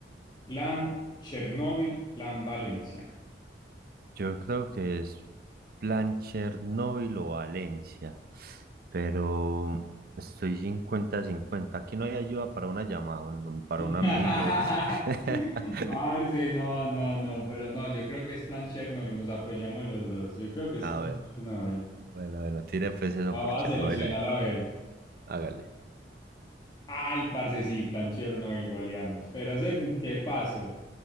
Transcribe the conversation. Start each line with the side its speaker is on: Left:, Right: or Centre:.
Left: Plan Chernóbil, Plan Valencia.
Right: Yo creo que es plan Chernóbil o Valencia, pero estoy 50 cincuenta. Aquí no hay ayuda para una llamada, un- para
Left: <laughs>
Right: un amigo. <laughs>
Left: Marce, no, no, no, pero no, yo creo que es Plan Chernóbil, nos apoyamos los dos. Yo creo que es
Right: A
Left: Plan
Right: ver,
Left: Chernóbil.
Right: bueno, bueno, tire pues eso
Left: Vamos
Right: por Chernóbil,
Left: a seleccionarlo
Right: eh,
Left: a ver.
Right: hágale.
Left: Ay, parce, sí, Plan Chernóbil goleamos, pero según qué paso.